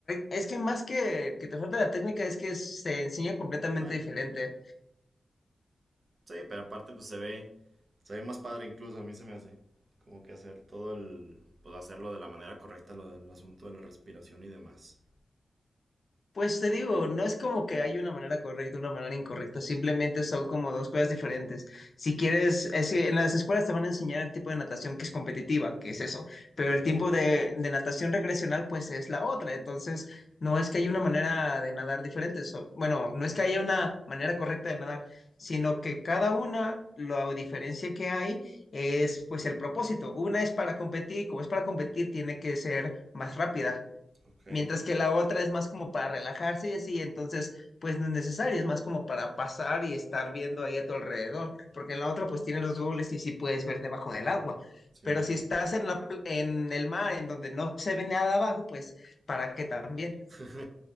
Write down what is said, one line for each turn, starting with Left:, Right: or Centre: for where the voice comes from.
Left: es que más que, que te falta la técnica, es que se enseña completamente
Right: Bueno,
Left: diferente.
Right: sí, pero aparte pues se ve, Se ve más padre incluso, a mí se me hace. Como que hacer todo el... pues hacerlo de la manera correcta lo del asunto de la respiración y demás.
Left: Pues te digo, no es como que hay una manera correcta, una manera incorrecta, simplemente son como dos cosas diferentes. Si quieres, es que en las escuelas te van a enseñar el tipo de natación que es competitiva, que es eso, pero el
Right: Ajá.
Left: tipo de, de natación recreacional pues es la otra, entonces no es que haya una manera de nadar diferente, so- bueno, no es que haya una manera correcta de nadar, sino que cada una, la diferencia que hay es pues el propósito. Una es para competir, como es para competir tiene que ser más rápida
Right: Ok,
Left: Mientras que la otra es más como para relajarse y así, entonces pues no es necesario, es más como para pasar y estar viendo ahí a tu alrededor, porque en la otra pues tiene los goggles y sí puedes ver debajo del agua,
Right: Simón.
Left: pero si estás
Right: <laughs>
Left: en la, pl- en el mar en donde no se ve nada abajo, pues ¿para qué también?
Right: Sí, sí,